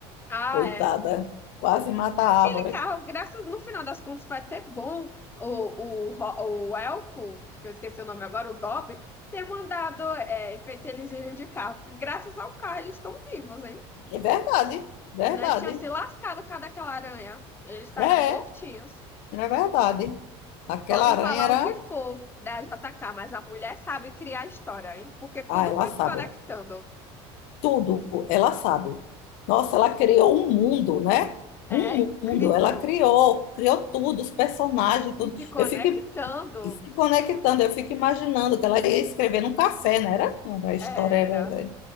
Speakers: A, on the left (about 15°); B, on the left (about 70°).
A: Ah,
B: Coitada,
A: é.
B: quase mata
A: Aquele
B: a árvore.
A: carro, graças no final das contas, vai ter bom o, o, ro- o elfo, que eu esqueci o nome agora, o Dobby, ter mandado é, feito eles irem de carro. Porque Graças ao carro, eles estão vivos, hein?
B: É verdade, verdade.
A: Senão eles tinham se lascado por causa daquela aranha. Eles estariam
B: É, é
A: mortinhos.
B: é verdade. Aquela
A: Podem
B: aranha
A: falar
B: era.
A: o que for da JK, mas a mulher sabe criar história, hein? Porque tudo
B: Ah, ela
A: foi
B: sabe.
A: se conectando.
B: Tudo ela sabe. Nossa, ela criou um mundo, né?
A: É
B: Um
A: incrível.
B: mundo. Ela criou, criou tudo, os personagens, tudo.
A: E se conectando,
B: Eu fico se conectando, eu fico imaginando que ela ia escrever num café, né era? Era A história
A: era
B: era